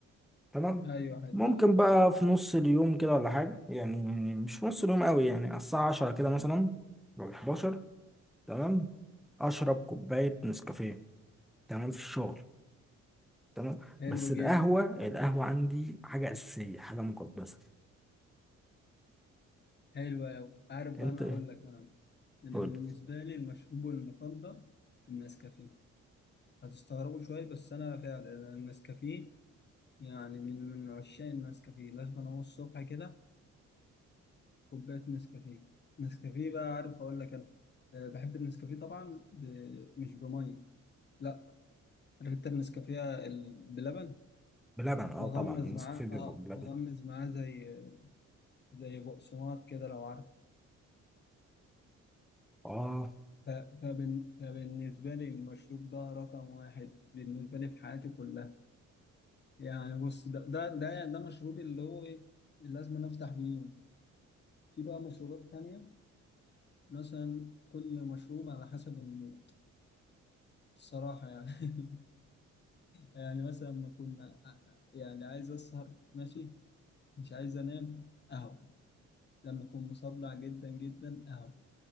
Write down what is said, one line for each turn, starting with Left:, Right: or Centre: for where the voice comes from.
Centre: تمام
Left: ايوه حلو
Centre: ممكن
Left: قوي
Centre: بقى في نص اليوم كده ولا حاجة يعني مش في نص اليوم قوي يعني على الساعة 10 كده مثلا أو 11 تمام أشرب كوباية نسكافيه تمام في الشغل تمام
Left: حلو
Centre: بس القهوة
Left: جدا
Centre: القهوة عندي حاجة أساسية حاجة مقدسة
Left: حلو قوي عارف بقى
Centre: أنت
Left: انا اقول لك انا انا
Centre: قول
Left: بالنسبه لي المشروب المفضل النسكافيه هتستغربوا شويه بس انا فعلا النسكافيه يعني من من عشاق النسكافيه لازم انا الصبح كده كوباية نسكافيه نسكافيه بقى عارف أقول لك أنا أه بحب النسكافيه طبعا ب... مش بمية لا أنا جبت النسكافيه ال- بلبن
Centre: بلبن أه
Left: وأغمز
Centre: طبعا النسكافيه
Left: معاه
Centre: بيبقى
Left: آه
Centre: بلبن
Left: وأغمز معاه زي زي بقسماط كده لو عارف
Centre: أه
Left: ف... فبن... فبالنسبة لي المشروب ده رقم واحد بالنسبة لي في حياتي كلها يعني بص ده ده ده, ده مشروبي اللي هو إيه اللي لازم أنا أفتح بيه يوم في بقى مشروبات تانية مثلا كل مشروب على حسب المود الصراحة يعني <laughs> يعني مثلا ما كنا ع- يعني عايز اسهر ماشي مش عايز انام اهو لما اكون مصدع جدا جدا اهو